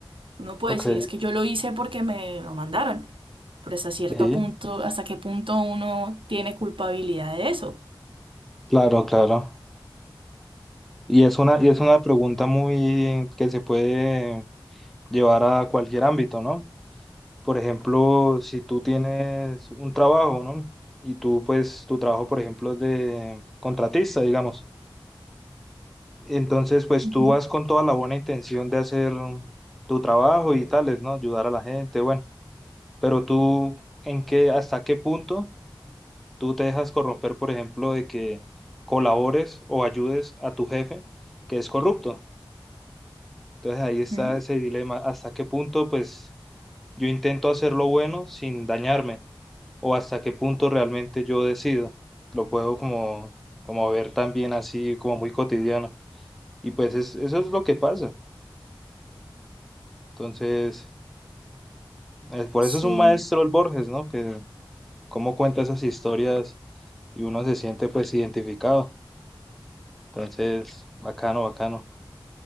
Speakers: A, on the right; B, in the centre.
A: Uno puede
B: Ok,
A: decir, es que yo lo hice porque me lo mandaron, pero hasta cierto
B: sí,
A: punto, ¿hasta qué punto uno tiene culpabilidad de eso?
B: claro, claro. Y es una, y es una pregunta muy que se puede llevar a cualquier ámbito, ¿no? Por ejemplo, si tú tienes un trabajo, ¿no? Y tú, pues, tu trabajo, por ejemplo, es de contratista, digamos. Entonces, pues
A: Ujú,
B: tú vas con toda la buena intención de hacer tu trabajo y tales, ¿no? Ayudar a la gente, bueno. Pero tú, ¿en qué, hasta qué punto tú te dejas corromper, por ejemplo, de que colabores o ayudes a tu jefe que es corrupto? Entonces ahí
A: ujú.
B: está ese dilema, hasta qué punto, pues, yo intento hacer lo bueno sin dañarme. o hasta qué punto realmente yo decido. Lo puedo como, como ver también así como muy cotidiano. Y pues es- eso es lo que pasa. Entonces, eh, por
A: Sí,
B: eso es un maestro el Borges, ¿no? Que cómo cuenta esas historias y uno se siente pues identificado. Entonces, bacano, bacano.